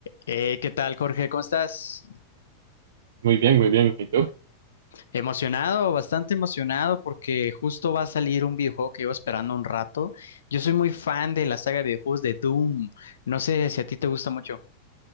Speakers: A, on the left; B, on the right.
A: Eh, ¿qué tal, Jorge? ¿Cómo estás?
B: Muy bien, muy bien. ¿Y tú?
A: Emocionado, bastante emocionado porque justo va a salir un videojuego que llevo esperando un rato. Yo soy muy fan de la saga de videojuegos de Doom. No sé si a ti te gusta mucho.